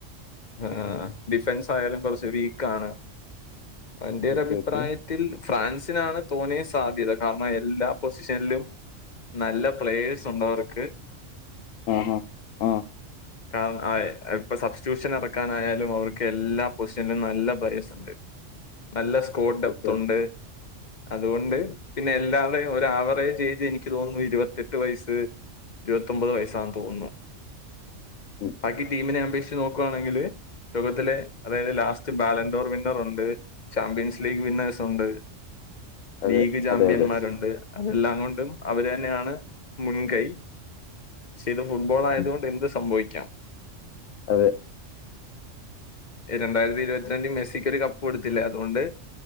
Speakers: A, on the left (about 45°); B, on the left (about 90°).
A: ആഹ് ഡിഫൻസായാലും കൊറച്ച് വീക്കാണ് എന്റെ ഒരു
B: ഓക്കെ
A: അഭിപ്രായ
B: ഓക്കെ.
A: ത്തിൽ ഫ്രാൻസിനാണ് തോന്നേ സാധ്യത കാരണം എല്ലാ പൊസിഷനിലും നല്ല പ്ലേയേഴ്സ് ഉണ്ട് അവർക്ക്
B: ആഹാ ആ
A: ക ആഹ് ഇപ്പൊ സബ്സ്റ്റ്യൂഷൻ എറക്കാനായാലും അവർക്ക് എല്ലാ പൊസിഷനിലും നല്ല പ്ലയെർസ്ണ്ട് നല്ല സ്കോർ ഡെപ്ത്തുണ്ട്
B: ഓക്കെ ഓക്കെ.
A: അതുകൊണ്ട് പിന്നെ എല്ലാതയും ഒരവറേജ് ഏജ് എനിക്ക് തോന്നുന്നു ഇരുവത്തെട്ട് വയസ്സ് ഇരുവത്തൊമ്പത് വയസ്സാന്ന് തോന്നുന്നു
B: ഉം.
A: ബാക്കി ടീമിനെ അപേക്ഷിച്ച് നോക്കാണെങ്കില് ത്തിലെ അതായത് ലാസ്റ്റ് ബാലൻഡോർ വിന്നറുണ്ട് ചാമ്പ്യൻസ് ലീഗ് വിന്നേഴ്സുണ്ട്.
B: അതെ
A: ലീഗ് ചാമ്പ്യന്മാരുണ്ട്.
B: അതെ അതെ.
A: അതെല്ലാം കൊണ്ടും അവര്ന്നെയാണ് മുൻകൈ. പക്ഷെ ഇത് ഫുട്ബോളായതുകൊണ്ട്
B: ഉം.
A: എന്ത് സംഭവിക്കാം.
B: അതെ
A: രണ്ടായിരത്തി ഇരുപത്തിരണ്ടിൽ മെസ്സിക്ക് ഒരു കപ്പ് കൊടുത്തില്ലേ അതുകൊണ്ട്